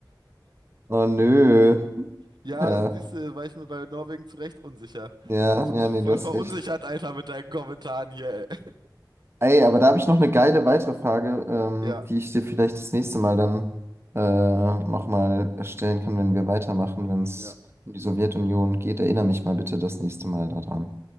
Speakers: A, on the right; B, on the right.
A: Oh nö.
B: Ja,
A: Ja,
B: siehst du, war ich mir bei Norwegen zu Recht unsicher.
A: ja,
B: Hast
A: ja,
B: mich
A: nee,
B: voll
A: du hast
B: verunsichert,
A: recht.
B: Alter, mit deinen Kommentaren hier, ey.
A: Ey, aber da habe ich noch eine geile weitere Frage, ähm,
B: Ja,
A: die ich dir vielleicht das nächste Mal dann äh, nochmal stellen kann, wenn wir weitermachen, wenn es
B: ja.
A: um die Sowjetunion geht. Erinnere mich mal bitte das nächste Mal daran.